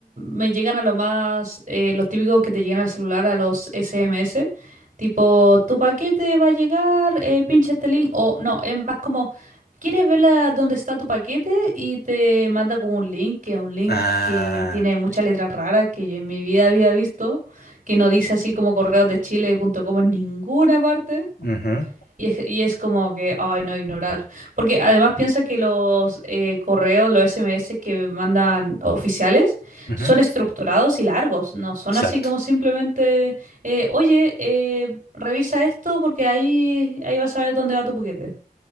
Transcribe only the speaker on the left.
Ah,
ujú,
ujú,
Exacto,